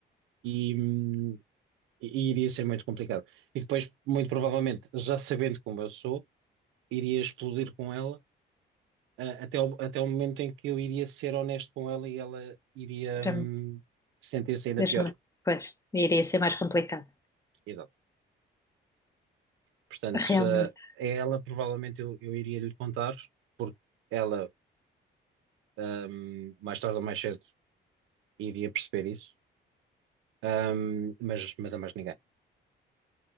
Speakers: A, on the right; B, on the left.
A: E, hum, e iria ser muito complicado. E depois, muito provavelmente, já sabendo como eu sou, iria explodir com ela. ah, Até o, até o momento em que eu iria ser honesto com ela e ela iria,
B: Era-
A: hum, sentir-se ainda
B: Deixa-me.
A: pior.
B: Pois, iria ser mais complicado,
A: Exato. Portanto,
B: realmente.
A: se, eh, a ela provavelmente eu, eu iria lhe contar, porque ela, ahm, mais tarde ou mais cedo, iria perceber isso, Ahm, mas, mas a mais ninguém.